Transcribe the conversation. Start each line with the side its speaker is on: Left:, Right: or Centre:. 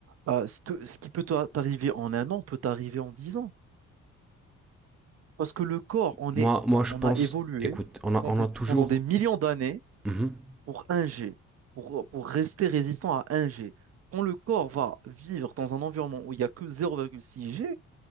Right: euh, ce que, ce qui peut t'a- t'arriver en un an peut t'arriver en 10 ans. Parce que le corps, on
Centre: Moi,
Right: est,
Centre: moi,
Right: on,
Centre: je
Right: on
Centre: pense,
Right: a évolué
Centre: écoute, on a,
Right: pendant,
Centre: on a toujours.
Right: pendant des millions d'années
Centre: Mhm.
Right: pour un G, pour, pour rester résistant à un G. Quand le corps va vivre dans un environnement où il n'y a que 0,6 G,